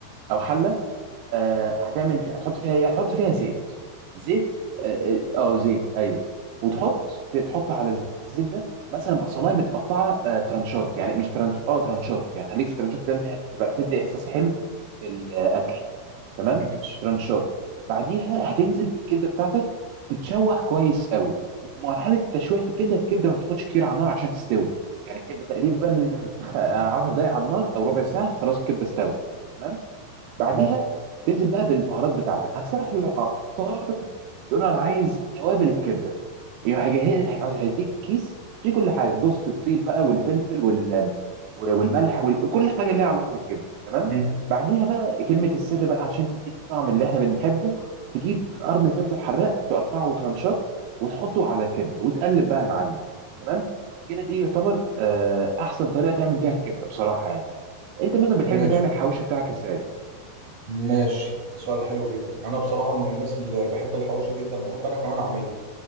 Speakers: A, on the right; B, on the right.
A: او حله آه هتعمل فيها هتحط فيها ايه هتحط فيها زيت زيت اه آه، آه، زيت ايوه وتحط تحط على الزيت ده مثلا بصلايه متقطعه آه ترانشات يعني مش ترانش اه ترانشات يعني خليك في ترانشات لانها بتبقى بتدي احساس حلو في الاكل تمام
B: ماشي
A: ترانشات بعديها هتنزل بالكبده بتاعتك تتشوح كويس قوي ومرحله التشويح في الكبده الكبده ما بتاخدش كتير على النار عشان تستوي يعني الكبده تقريبا 10 دقائق على النار او ربع ساعه خلاص الكبده استوت تمام بعديها
B: تمام
A: تنزل بقى بالبهارات بتاعتك هتروح للعطار تقول له انا عايز توابل الكبده هيجهز هيديك كيس فيه كل حاجه جوزة الطيب بقى والفلفل وال والملح وكل حاجه ليها علاقه بالكبده تمام
B: مم.
A: بعديها بقى كلمه السر بقى عشان تديك الطعم اللي احنا بنحبه تجيب قرن فلفل حراق تقطعه ترانشات وتحطه على الكبده وتقلب بقى يا معلم تمام كده دي يعتبر آه، احسن طريقه تعمل بيها الكبده بصراحه يعني انت مثلا
B: طب
A: بتحب
B: ماشي
A: تعمل الحواوشي بتاعك ازاي
B: ماشي ده سؤال حلو جدا أنا بصراحة من الناس اللي بحب الحواوشي جدا بحب أنا كمان أعمله